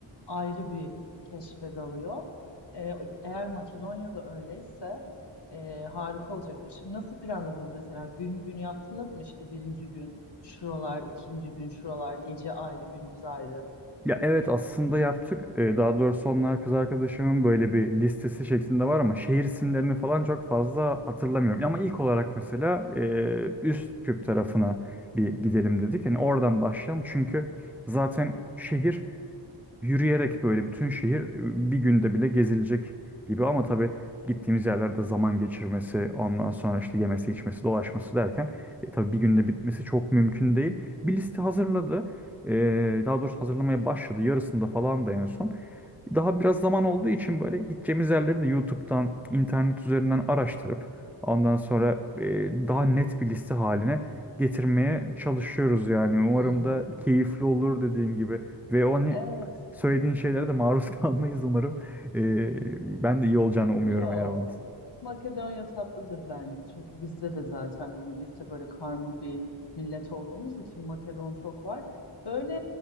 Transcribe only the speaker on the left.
ayrı bir keşfe dalıyor. Ee, eğer Makedonya'da öyleyse e, harika olacaktır. Şimdi nasıl planladınız mesela? Gün gün yaptınız mı işte birinci gün şuralar, ikinci gün şuralar, gece ayrı, gündüz ayrı?
Hmm.
Evet.
yo.
Makedonya tatlıdır bence. Çünkü bizde de zaten hani bizde böyle karma bir millet olduğumuz için Makedon çok var. Böyle